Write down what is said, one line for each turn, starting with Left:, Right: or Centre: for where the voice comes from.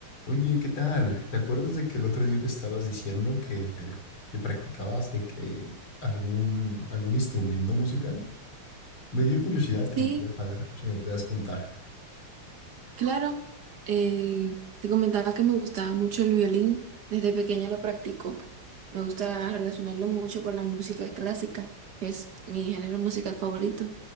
Left: Oye, ¿qué tal? ¿Te acuerdas de que el otro día me estabas diciendo que, eh, que practicabas de que algún, algún instrumento musical? Me dio curiosidad
Right: Sí,
Left: y quería saber si me podías contar.
Right: claro. Eh, te comentaba que me gustaba mucho el violín. Desde pequeña lo practico. Me gusta relacionarlo mucho con la música clásica, que es mi género musical favorito.